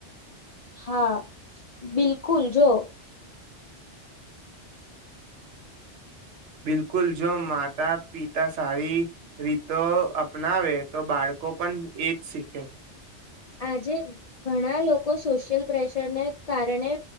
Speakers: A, on the left; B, on the right.
A: હા બિલકુલ જો
B: બિલકુલ જો માતા પિતા સારી રીતો અપનાવે તો બાળકો પણ એજ શીખે
A: આજે ઘણા લોકો સોશિયલ પ્રેશરને કારણે